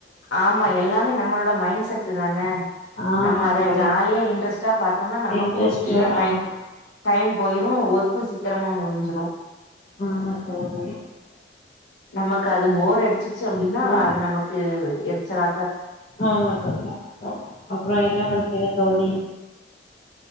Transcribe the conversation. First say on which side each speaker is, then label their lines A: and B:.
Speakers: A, on the left; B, on the left.
A: ஆமா எல்லாமே நம்மளோட மைண்ட் செட்டு தானே
B: ஆமா
A: நம்ம அத
B: தோழி
A: ஜாலியா இன்ட்ரெஸ்ட் ப <unintelligible> ஆமா நமக்கும்
B: இன்ட்ரெஸ்ட்
A: சீக்கிர டைம்
B: ஆமா
A: டைம் போயிரோ ஒர்க்கு சீக்கிரமா முடி நோ <unintelligible>
B: ம் மத்தது <unintelligible>
A: நமக்கு அது போர் அடி வச்சுச்சு அப்படின்னா
B: அப்றோ
A: அது நமக்கு எரிச்சலா
B: ஆமா சொல்ற அப்றம் என்ன பண் இல்ல தோழி